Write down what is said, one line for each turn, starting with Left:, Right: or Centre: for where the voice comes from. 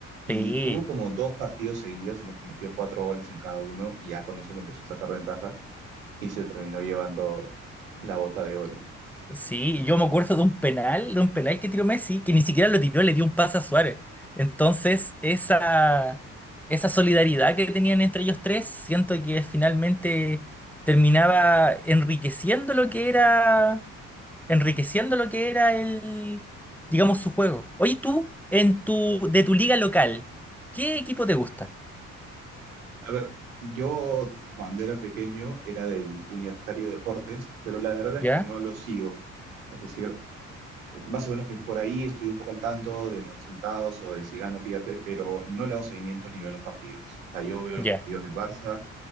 Right: y
Centre: Sí,
Right: tuvo como dos partidos seguidos en los que metió cuatro goles en cada uno, y ya con eso le empezó a sacar ventaja y se terminó llevando la bota de oro.
Centre: sí, yo me acuerdo de un penal, de un penal que tiró Messi, que ni siquiera lo tiró, le dio un pase a Suárez. Entonces, esa, esa solidaridad que tenían entre ellos tres, siento que finalmente terminaba enriqueciendo lo que era. enriqueciendo lo que era el, digamos, su juego. Oye, tú, en tu, de tu liga local, ¿qué equipo te gusta?
Right: A ver, yo cuando era pequeño era del Universitario de Deportes, pero la verdad
Centre: ¿Ya?
Right: es que no lo sigo. Es decir, más o menos que por ahí estoy un poco al tanto de los resultados o de si gana o pierde, pero no le hago seguimiento ni veo los partidos. O sea, yo veo los
Centre: Ya.
Right: partidos del Barça,